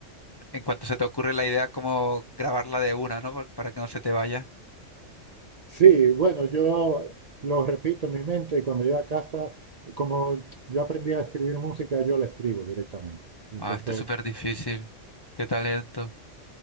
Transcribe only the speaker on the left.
en cuanto se te ocurre la idea, como grabarla de una, ¿no? Por- Para que no se te vaya.
Ah,
esto es súper difícil. Qué talento.